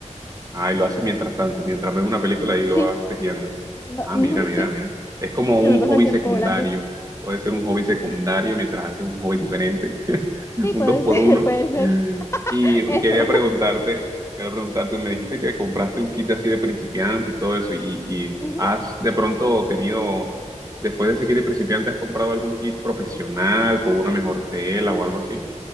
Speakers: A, on the right; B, on the left.
A: Ah, y lo haces mientras tanto, mientras ves una película y
B: Sí,
A: lo vas tejiendo.
B: ma-
A: Ah,
B: ujú,
A: mira, mira,
B: sí,
A: mira. Es como
B: se
A: un
B: me pasa
A: hobby
B: el tiempo
A: secundario.
B: volando.
A: Puede ser un hobby secundario mientras haces un hobby diferente, <laughs>
B: Sí,
A: un
B: puede
A: dos por
B: ser,
A: uno.
B: <laughs> puede ser.
A: Y
B: Eso.
A: quería preguntarte, quería preguntarte, me dijiste que compraste un kit así de principiante y todo eso, y,
B: <laughs>
A: y
B: Ujú.
A: has de pronto tenido, después de ese kit de principiante, ¿has comprado algún kit profesional con una mejor tela o algo así?